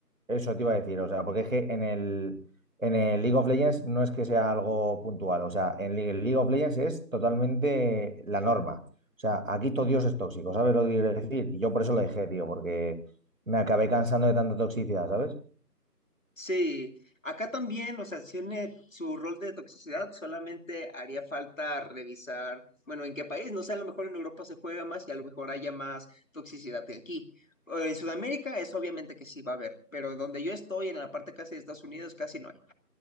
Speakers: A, on the right; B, on the left.
A: eso te iba a decir, o sea, porque es que en el, en el League of Legends no es que sea algo puntual, o sea, en Li- el League of Legends es totalmente la norma. O sea, aquí todo Dios es tóxico, ¿sabes lo que quiero decir? Y yo por eso lo dejé, tío, porque me acabé cansando de tanta toxicidad, ¿sabes?
B: Sí, acá también, o sea, tiene su rol de toxicidad, solamente haría falta revisar, bueno, en qué país, no sé, a lo mejor en Europa se juega más y a lo mejor haya más toxicidad que aquí. Eh, En Sudamérica es obviamente que sí va a haber, pero donde yo estoy, en la parte casi de Estados Unidos, casi no hay.